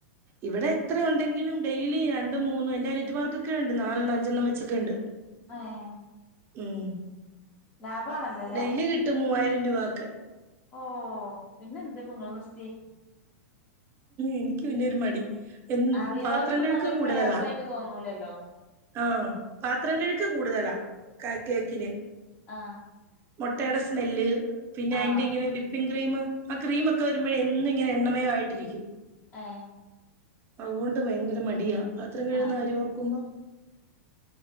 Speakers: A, on the right; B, on the left.
A: ഇവിടെ എത്ര ഉണ്ടെങ്കിലും ഡെയിലി രണ്ടും മൂന്നും എന്റെ അനിയത്തിമാർക്കൊക്കെ ഉണ്ട് നാലെണ്ണം അഞ്ചെണ്ണം വെച്ചൊക്കെ ഉണ്ട്
B: ഏഹ്
A: ഉം
B: ലാഭാണല്ലോല്ലേ
A: ഡെയിലി കിട്ടും മൂവായിരം രൂപ ഒക്കെ
B: ഓ പിന്നെ എന്ത് ഇപ്പോ ഇങ്ങള് നിർത്തി
A: എനിക്ക് പിന്നൊരു മടി എൻ
B: അറിയുന്നവർക്ക്
A: പാത്രം
B: ഇപ്പ
A: കഴുക്ക്
B: അതൊരു
A: കൂടുതലാ
B: പ്രയാസായിട്ട് തോന്നൂലല്ലോ
A: ആഹ് പാത്രം കഴുക്ക് കൂടുതലാ ക കേക്കിന്
B: ആഹ്
A: മുട്ടയുടെ സ്മെല്ല് പിന്നെ
B: ആ
A: അയിന്റെ ഇങ്ങനെ വിപ്പിംങ് ക്രീം ആ ക്രീം ഒക്കെ വരു മ്പോ എന്നും ഇങ്ങനെ എണ്ണമയോ ആയിട്ടിരിക്കും
B: ഏഹ്
A: അതുകൊണ്ട് ഭയങ്കര മടിയാ പാത്രം കഴുകുന്ന
B: ആ
A: കാര്യം ഓർക്കുമ്പം